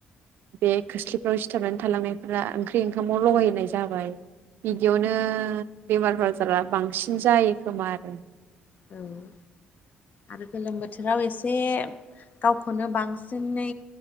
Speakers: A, on the right (about 75°); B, on the left (about 50°).
A: बे खोस्लिफ्राव सिथाबनानै थालांनायफोरा ओंख्रि ओंखामाव लगायहाय जाबाय बिदियावनो बेमार आजारा बांसिन जायो खोमा आरो <inaudible>
B: औ आरो गोलोम बोथोराव एसे गावखौनो बांसिननै